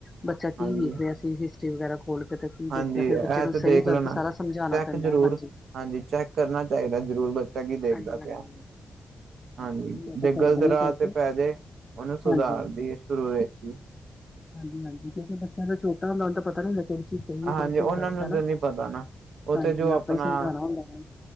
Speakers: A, on the left (about 30°); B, on the right (about 75°).
A: ਬੱਚਾ ਕੀ
B: ਹਾਂਜੀ।
A: ਵੇਖ
B: ਹਾਂਜੀ,
A: ਰਿਹਾ ਸੀ ਹਿਸਟਰੀ ਵਗੈਰਾ। ਖੋਲ ਕੇ ਤਾਂ ਕੀ
B: ਹਾਂਜੀ!
A: ਦੇਖਿਆ ਫਿਰ
B: ਇਹ
A: ਬੱਚੇ ਨੂੰ
B: ਤੇ
A: ਸਹੀ
B: ਦੇਖ
A: ਗਲਤ
B: ਲੈਣਾ,
A: ਸਾਰਾ ਸਮਝਾਣਾ
B: ਚੈੱਕ
A: ਪੈਂਦਾ
B: ਜ਼ਰੂਰ
A: ਹੈ ਹਾਂਜੀ।
B: ਹਾਂਜੀ ਚੈੱਕ ਕਰਨਾ ਚਾਹੀਦਾ ਜ਼ਰੂਰ ਬ ਚਾ ਕੀ ਦੇਖਦਾ
A: ਹਾਂਜੀ ਹਾਂਜੀ।
B: ਪਿਆ। ਹਾਂਜੀ!
A: ਨਹੀਂ ਮੈਂ
B: ਜੇ
A: ਤਾਂ ਕਰਦੀ
B: ਗਲਤ
A: ਹਾਂ
B: ਰਾਹ
A: ਚੈੱਕ
B: ਤੇ ਪੈ ਜੇ, ਉਹਨੂੰ ਸੁਧਾਰ
A: ਹਾਂਜੀ।
B: ਦੀ ਏ ਸ਼ੁਰੂ ਵਿੱਚ ਹੀ।
A: ਹਾਂਜੀ, ਹਾਂਜੀ ਕਿਉਂਕਿ ਬੱਚਾ ਤੇ ਛੋਟਾ ਹੁੰਦਾ ਉਹਨੂੰ ਤਾਂ ਪਤਾ ਨੀ ਲ ਕਿਹੜੀ ਚੀਜ਼ ਸਹੀ
B: ਹਾਂਜੀ
A: ਏ, ਕਿਹੜੀ ਚੀਜ਼
B: ਉਹਨਾਂ
A: ਗ਼ਲਤ
B: ਨੂੰ
A: ਆ ਨਾ,
B: ਤਾਂ ਨੀ ਪਤਾ ਨਾ ਉਹ
A: ਹਾਂਜੀ
B: ਤੇ ਜੋ ਆਪਣਾ
A: ਆਪਾਂ ਹੀ ਸਮਝਾਉਣਾ ਹੁੰਦਾ ਓਹਨਾ ਨੂੰ